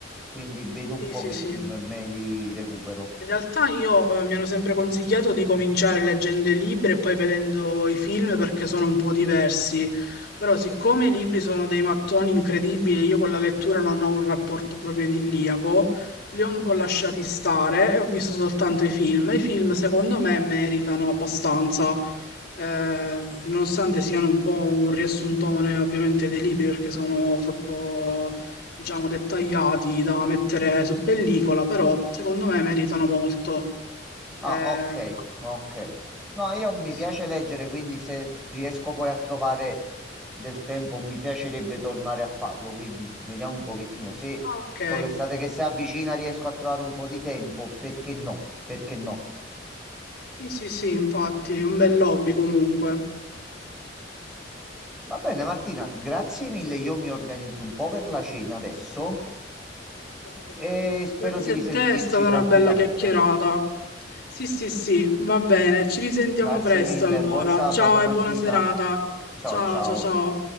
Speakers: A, in the centre; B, on the left.
A: Quindi vedo un
B: Sì,
A: pochettino
B: sì, sì.
A: e me li recupero.
B: In realtà io eh, mi hanno sempre consigliato di cominciare leggendo i libri e poi vedendo i film perché sono un po' diversi, però siccome i libri sono dei mattoni incredibili, io con la lettura non ho un rapporto proprio idilliaco, li ho un po' lasciati stare e ho visto soltanto i film. I film secondo me meritano abbastanza, eh, nonostante siano un po' un riassuntone ovviamente dei libri perché sono troppo, diciamo, dettagliati da mettere su pellicola, però secondo me meritano molto. Eh,
A: Ah, ok, ok. No, io mi
B: sì, sì.
A: piace leggere, quindi se riesco poi a trovare del tempo, mi piacerebbe tornare a farlo. Quindi vediamo un pochettino. Se
B: Ah, ok.
A: con l'estate che si avvicina riesco a trovare un po' di tempo, perché no? Perché no?
B: Sì, sì, sì, infatti, è un bel hobby comunque.
A: Va bene, Martina, grazie mille. Io mi organizzo un po' per la cena adesso
B: Ok.
A: e spero
B: Grazie
A: di risentirci
B: a te, è stata
A: tranquillamente.
B: una bella chiacchierata. Sì, sì, sì, va bene, ci risentiamo
A: Grazie
B: presto
A: mille,
B: allora.
A: buon sabato,
B: Ciao e
A: Martina.
B: buona serata.
A: Ciao,
B: Ciao,
A: ciao.
B: ciao, ciao.